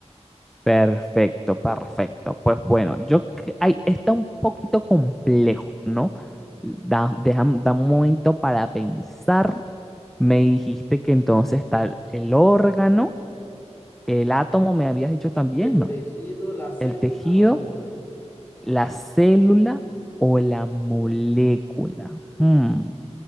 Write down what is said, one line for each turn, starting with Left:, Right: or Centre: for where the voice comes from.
Centre: Perfecto, perfecto. Pues bueno, yo cre- ay, está un poquito complejo, ¿no? Da, deja- da un momento para pensar. Me dijiste que entonces está el el órgano, el átomo, me habías dicho también,
Left: El
Centre: ¿no?
Left: tejido, la célula
Centre: El tejido
Left: o la molécula.
Centre: ¿La célula o la molécula? Hmm,